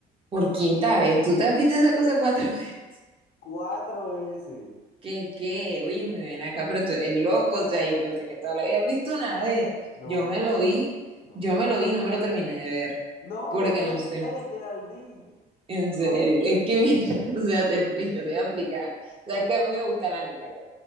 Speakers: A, on the right; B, on the left.
A: Por quinta vez, ¿tú te has visto esa cosa cuatro <laughs> veces?
B: Cuatro veces.
A: ¿Qué, qué? Oye, me ven acá, pero tú eres loco. O sea, yo pensé que tú lo habías visto una vez.
B: No,
A: Yo me
B: jamás.
A: lo vi,
B: No,
A: yo
B: no.
A: me lo vi, no me lo terminé de ver.
B: No,
A: Porque
B: no puede
A: no sé.
B: ser, Geraldine.
A: En
B: <laughs>
A: serio. Es que, mira, <laughs> o sea, te explico, te voy a explicar. O sea, es que a mí me gusta el anime, ¿verdad?